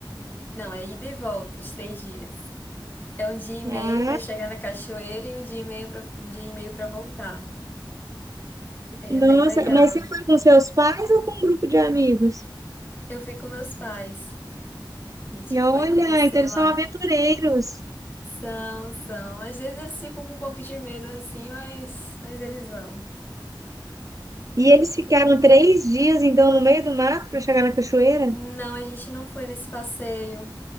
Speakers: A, on the left; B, on the right.
A: Não, é ida e volta, os três dias. É um dia e meio
B: Ah,
A: para chegar na cachoeira e um dia e meio para um dia e meio para voltar. Aí
B: nossa,
A: é bem legal.
B: mas você foi com seus pais ou com um grupo de amigos?
A: Eu fui com meus pais. A gente
B: E olha,
A: foi conhecer
B: então eles
A: lá.
B: são aventureiros.
A: São, são. Às vezes eles ficam com um pouco de medo assim, mas, mas eles vão.
B: E eles ficaram três dias, então, no meio do mato para chegar na cachoeira?
A: Não, a gente não foi nesse passeio.